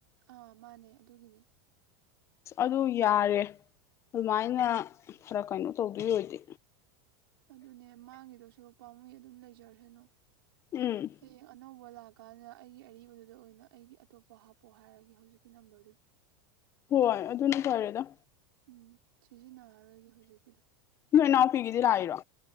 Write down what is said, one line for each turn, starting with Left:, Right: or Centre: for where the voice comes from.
Right: ꯑꯥ ꯃꯥꯅꯦ ꯑꯗꯨꯒꯤꯅꯦ
Left: ꯑꯗꯨ ꯌꯥꯔꯦ ꯗꯨꯃꯥꯏꯅ ꯈꯔ ꯀꯩꯅꯣ ꯇꯧꯗꯣꯏ ꯑꯣꯏꯗꯤ
Right: ꯑꯗꯨꯅꯦ ꯃꯥꯡꯈꯤꯗꯧ ꯁꯔꯨꯛ ꯄꯥꯃꯨꯏ ꯨ ꯑꯗꯨꯝ ꯂꯩꯖꯔꯁꯅꯨ
Left: ꯎꯝ
Right: ꯍꯌꯦꯡ ꯑꯅꯧꯕ ꯂꯥꯛꯑꯀꯥꯟꯗ ꯑꯩꯒꯤ ꯑꯔꯤꯕꯗꯨꯗ ꯑꯣꯏꯅ ꯑꯩꯒꯤ ꯑꯇꯣꯞꯄ ꯍꯥꯞꯄꯣ ꯍꯥꯏꯔꯒꯦ ꯍꯧꯖꯤꯛꯀꯤ ꯅꯝꯕꯔꯗꯨꯗ
Left: ꯍꯣꯏ ꯑꯗꯨꯅ ꯐꯔꯦꯗ
Right: ꯎꯝ ꯁꯤꯖꯤꯟꯅꯔꯔꯣꯏꯒꯦ ꯍꯧꯖꯤꯛꯀꯤꯗꯣ
Left: ꯅꯣꯏ ꯏꯅꯥꯎꯄꯤꯒꯤꯗꯤ ꯂꯥꯛꯏꯔꯣ